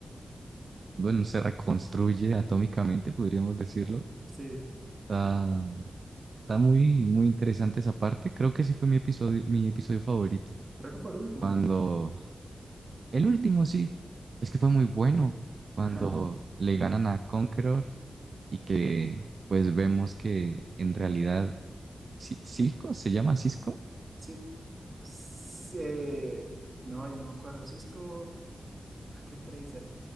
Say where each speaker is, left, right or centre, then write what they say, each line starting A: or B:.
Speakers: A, on the right; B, on the right.
A: bueno, se reconstruye atómicamente, podríamos decirlo.
B: Sí,
A: Está, está muy, muy interesante esa parte. Creo que ese fue mi episodio, mi episodio favorito.
B: creo que fue el último.
A: Cuando, el último sí, es que fue muy bueno. Cuando
B: Ajá.
A: le ganan a Conqueror y que, pues, vemos que en realidad Ci- ¿Cisco? ¿Se llama Cisco?
B: Sí. Sí. No, yo no me acuerdo. Cisco, Packet Tracer.